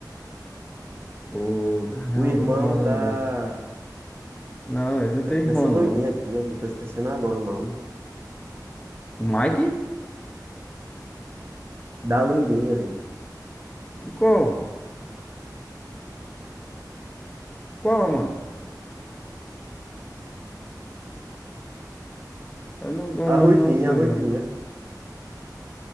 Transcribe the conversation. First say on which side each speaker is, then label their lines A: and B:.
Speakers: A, on the left; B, on the right.
A: O. Caramba,
B: O irmão
A: como é o
B: da...
A: nome dele? Não, ele não tem
B: Dessa
A: irmão,
B: loirinha
A: não.
B: aqui, ó, que eu tô esquecendo agora o nome.
A: O Mike?
B: Da loirinha, Vitor.
A: Qual? Qual, mano? Eu não, não,
B: A
A: não,
B: ruivinha,
A: não sei,
B: a ruivinha.
A: mano.